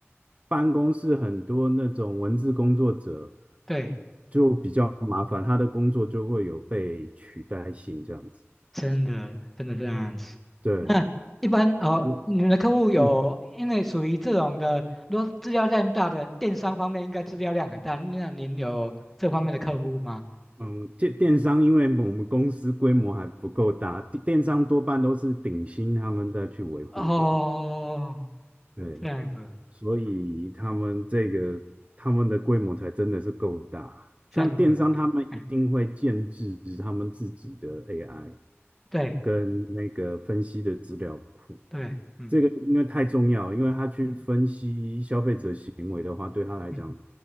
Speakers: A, on the right; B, in the centre.
A: 办公室很多那种文字工作者
B: 对，
A: 就比较麻烦，他的工作就会有被取代性这样子。
B: 真的真的这样子。
A: 对，
B: 那一般哦，
A: 嗯
B: 你们的客户有因为属于这种的，
A: 嗯
B: 如果资料量大的电商方面，应该资料量很大，那您有这方面的客户吗？
A: 嗯，电电商因为我们公司规模还不够大，电电商多半都是顶薪他们在去维护的。
B: 哦，
A: 对，
B: 这样子，
A: 所以他们这个他们的规模才真的是够大。
B: 嗯，这样子，
A: 像电商，
B: <laughs>
A: 他们一定会建制他们自己的
B: 哎，
A: AI
B: 对
A: 跟那个分析的资料库。
B: 对，嗯
A: 这个因为太重要，因为他去分析消费者行为的话，
B: 嗯
A: 对他来讲，
B: 嗯，